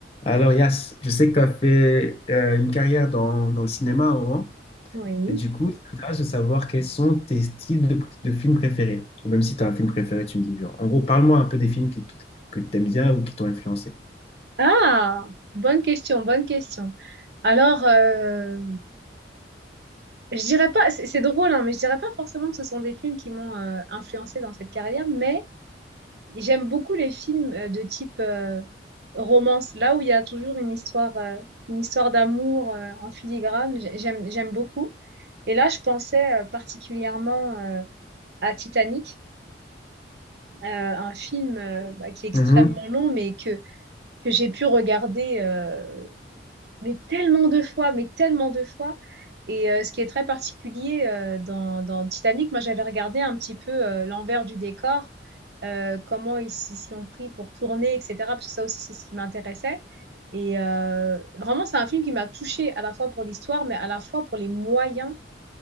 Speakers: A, on the left; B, on the right.
A: Alors, Yas, je sais que tu as fait euh, une carrière dans, dans le cinéma à un moment,
B: Oui.
A: et du coup, ça m'intéresse de savoir quels sont tes styles de, de films préférés. Ou même si tu as un film préféré, tu me dis. genre. En gros, parle-moi un peu des films qui t- que tu aimes bien ou qui t'ont influencé.
B: Ah, bonne question, bonne question. Alors, euh, je dirais pas, c'est c'est drôle, hein, mais je dirais pas forcément que ce sont des films qui m'ont euh, influencé dans cette carrière, mais j'aime beaucoup les films euh, de type euh, romance, là où il y a toujours une histoire, euh, une histoire d'amour euh, en filigrane. J'ai- J'aime, j'aime beaucoup. Et là, je pensais euh, particulièrement euh, à Titanic, euh, un film euh, bah, qui est extrêmement
A: Mhm,
B: long, mais que que j'ai pu regarder. euh, mais tellement de fois, mais tellement de fois. Et euh, ce qui est très particulier euh, dans, dans Titanic, moi j'avais regardé un petit peu euh, l'envers du décor, euh, comment ils s'y sont pris pour tourner, etc. Parce que ça aussi c'est ce qui m'intéressait. Et euh, vraiment c'est un film qui m'a touchée à la fois pour l'histoire, mais à la fois pour les moyens